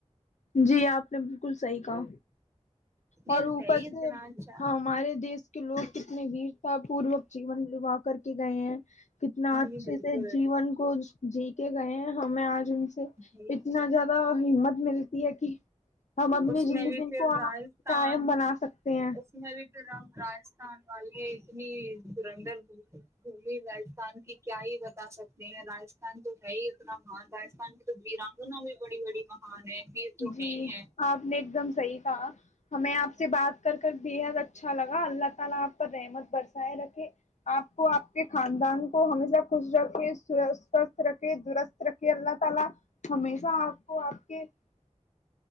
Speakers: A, on the left (about 80°); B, on the right (about 25°).
A: جی آپ نے بالکل صحیح کہا اور
B: یہ
A: اوپر
B: صحیح
A: سے
B: اتنا اچھا
A: ہاں ہمارے دیش کے لوگ کتنے ویرتا پوروک <unintelligible> جیون نواہ کر کے گئے ہیں کتنا
B: جی
A: اچھے
B: بالکل
A: سے جیون کو جی کے گئے ہیں ہمیں آج ان <unintelligible> سے
B: جی
A: اتنا
B: جی
A: زیادہ ہمت میری ج <unintelligible> ہم اپنی
B: اس
A: زندگی
B: میں بھی پھر
A: کو
B: راجستھان
A: قائم بنا سکتے ہیں
B: اس میں بھی <unintelligible> راجستھان والے اتنی سرندر گھمی راستھان کی کیا ہی بتا سکتے ہیں رجستھان تو ہے ہی اتنا مہان رجستھان کی تو ویرانگنا بھی بڑی بڑی مہان ہے ویر تو
A: جی
B: ہے ہی ہے
A: آپ نے ایک دم صحیح کہا <unintelligible>